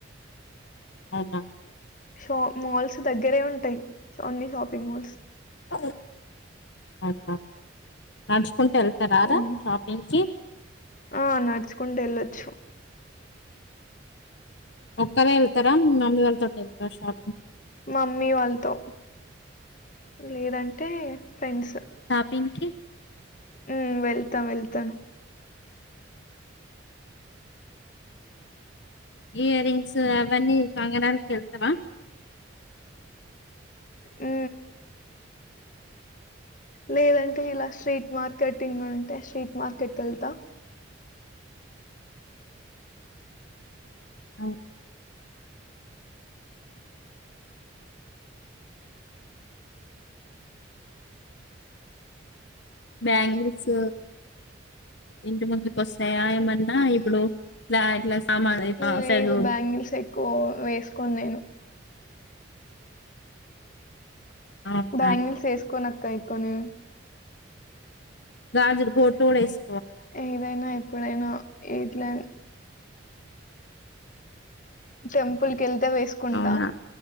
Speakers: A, on the left (about 65°); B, on the left (about 40°).
A: అవునా
B: షో మాల్స్ దగ్గరే ఉంటాయి అన్ని షాపింగ్ మాల్స్
A: ఆ అవునా నడుచుకు వెళ్తార
B: హ్మ్.
A: రా షాపింగ్ కి
B: ఆ నడుచుకుంట ఎళ్ళొచ్చు
A: ఒక్కరే వెళ్తారా మీ మమ్మీ వాళ్లతోటి వెళ్తారా షాప్ంగ్
B: మా మమ్మీ వాళ్ళతో లేదంటే టే ఫ్రెండ్స్
A: పింకి
B: ఉ వెళ్తా వెళ్తాను
A: ఇయర్ రింగ్స్ అవన్నీ కంగనాలకు వెళ్తావా
B: హు లేదంటే ఇలా స్ట్రీట్ మార్కెటింగ్ ఉంటే స్ట్రీట్ మార్కెట్ కి వెళ్తా
A: అవు బ్యాంగిల్స్ ఇంటి ముందుకు వస్తాయా ఏమన్నా ఇప్పుడు ఇట్లా ఇట్లా సామాన్ ఇట్లా వస్తాడు
B: లేదు బ్యాంగిల్స్ ఎక్కువ వేసుకోను నేను
A: అవునా
B: బ్యాంగిల్స్ వేసుకొని కాయి కొనే
A: గాజులు గోట్లు కూడా ఎసు
B: ఏదైనా ఎప్పుడుయినా ఇట్లా టెంపుల్ కి వెళ్తే వేసుకుంటా
A: అవునా